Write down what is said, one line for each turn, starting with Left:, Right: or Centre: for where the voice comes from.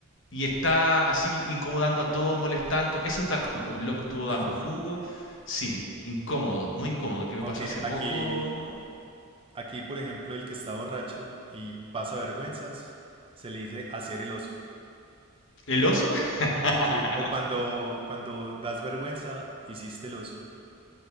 Left: y está así incomodando a todos, molestando, eso es dar jugo, el loco estuvo dando
Right: <laughs>
Left: jugo, sí, incómodo, muy incómodo, que me
Right: Ok,
Left: pasó hace
Right: aquí,
Left: poco...
Right: aquí, por ejemplo, el que está borracho y pasa vergüenzas, se le dice hacer el oso.
Left: ¿El oso? <laughs>
Right: Sí, o cuando, cuando das vergüenza, hiciste el oso.